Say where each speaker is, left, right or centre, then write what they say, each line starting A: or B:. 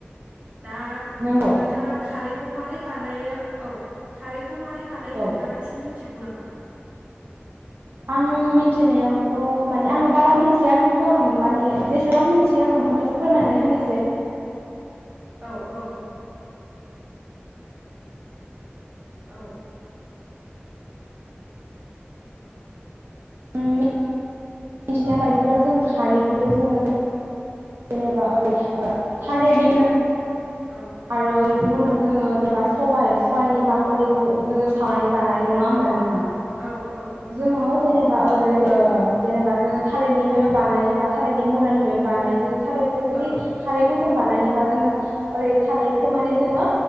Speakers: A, on the right (about 30°); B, on the right (about 65°).
A: दा
B: नंगौ
A: नोंथाङा खारै खौ मारै बानायो औ खारैख खौ मारै बानायो
B: औ
A: नोंथाङा इसे मिनथि गु नामा?
B: आं मिनथिनायावथ' माने आं बारा मिन्थिया खिन्थु आं माने जेसेबां मिन थियो आं नोंथांनो
A: औ
B: एसे फोरमायनानै होनोसै।
A: औ औ। औ।
B: उम। मिथिनाय बायदिबाथ' जों खारैखौथ' जोङो जेनेबा ओरै ओ थालिरनि मुरा
A: औ
B: आरो बिनि उनाव जोङो जेबा सबाइ सबायाइनि बाखलिखौ जोङो सानानै बानायो नङा होमबा नोंथां?
A: औ औ।
B: जोङो जेनेबा ओरै ओ जेनेबा जोङो थालिरनिफ्रायबो बानायो बा थालिरनि मुरानिफ्रायबो बानायो जों। थालिरखौ जुदि
A: औ
B: खारैखौ जों बानायनोबा जोङो ओरै थालिरखौ माने जोङो